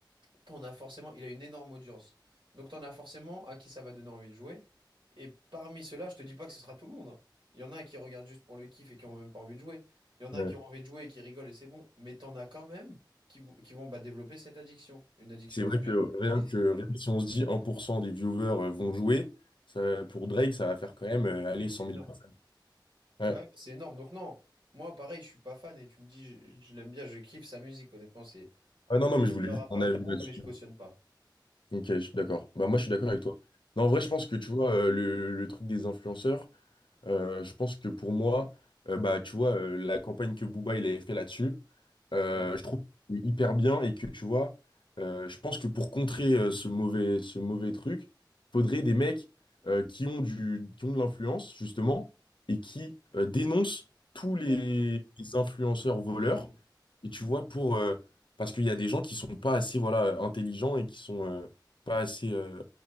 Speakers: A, on the right; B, on the left.
A: t'en as forcément, il a une énorme audience. Donc, t'en as forcément à qui ça va donner envie de jouer. Et parmi ceux-là, je te dis pas que ce sera tout le monde. hein. Il y en a qui regardent juste pour le kiff et qui ont même pas envie de jouer. Il y en
B: Ouais.
A: a qui ont envie de jouer et qui rigolent et c'est bon. Mais t'en as quand même qui, qui vont bah, développer cette addiction, une addiction
B: C'est vrai
A: au jeu.
B: que rien
A: Et c'est,
B: que, rien que si on se dit 1% des viewers euh, vont jouer, ça, pour Drake, ça va faire quand même euh,
A: ah
B: aller
A: oui, c'est
B: 100
A: énorme.
B: 000 personnes. Ouais.
A: Ouais, bah, c'est énorme. Donc non, moi pareil, je suis pas fan et tu me dis je, je l'aime bien, je kiffe sa musique. Honnêtement, c'est
B: Ah
A: le
B: non, non, mais je voulais
A: meilleur
B: juste
A: rappeur
B: ton avis
A: du monde, mais je
B: là
A: cautionne pas.
B: Ok, je suis d'accord. Bah, moi, je suis d'accord avec toi. Non, en vrai, je pense que, tu vois, euh, le, le truc des influenceurs, euh, je pense que pour moi, euh, bah, tu vois, euh, la campagne que Booba, il avait fait là-dessus, euh,
A: Ouais,
B: je trouve que c'est hyper bien et que, tu vois, euh, je pense que pour contrer euh, ce mauvais, ce mauvais truc, faudrait des mecs euh, qui ont du, qui ont de l'influence, justement, et qui euh, dénoncent tous les,
A: carrément,
B: les influenceurs voleurs.
A: carrément.
B: Et tu vois, pour... euh, parce qu'il y a des gens qui sont pas assez, voilà, intelligents et qui sont... euh, pas assez euh,